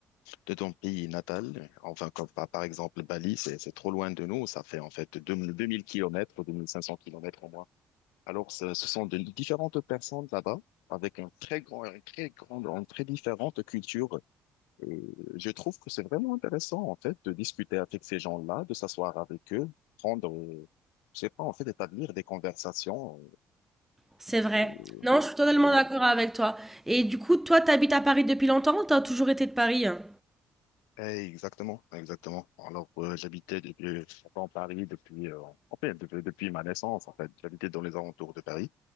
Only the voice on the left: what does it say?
de ton pays natal, enfin, comme par, par exemple Bali, c'est, c'est trop loin de nous, ça fait en fait deux mille deux mille kilomètres, 2500 kilomètres au moins. Alors, ce, ce sont de différentes personnes là-bas, avec un très grand, un très grande, une très différente culture. Et je trouve que c'est vraiment intéressant, en fait, de discuter avec ces gens-là, de s'asseoir avec eux, prendre, euh, je sais pas, en fait, établir des conversations.
euh,
voilà.
Eh, exactement, exactement. Alors, euh, j'habitais depuis j'étais en Paris depuis, euh, en fait, depuis, depuis ma naissance, en fait. J'habitais dans les alentours de Paris.